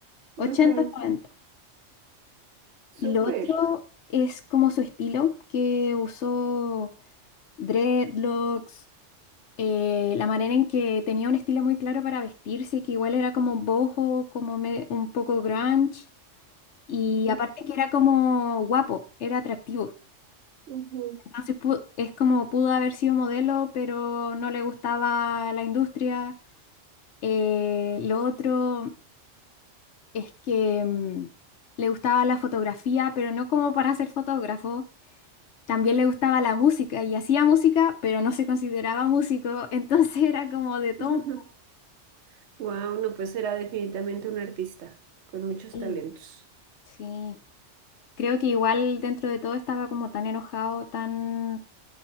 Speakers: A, on the left (about 70°); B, on the right (about 65°).
A: ochenta
B: Ujú,
A: noventa Y
B: Súper.
A: lo otro es como su estilo, que usó dreadlocks, eh, la manera en que tenía un estilo muy claro para vestirse, que igual era como boho, como me- un poco grunge, y aparte que era como guapo, era atractivo.
B: Wow,
A: Entonces pu- es como pudo haber sido modelo, pero no le gustaba la industria. Eh, lo otro es que... mm, le gustaba la fotografía, pero no como para ser fotógrafo, también le gustaba la música y hacía música, pero no se consideraba músico, <laughs> entonces era como de todo.
B: <laughs> no, pues era definitivamente un artista con muchos
A: Sí,
B: talentos.
A: sí. Creo que igual dentro de todo estaba como tan enojado, tan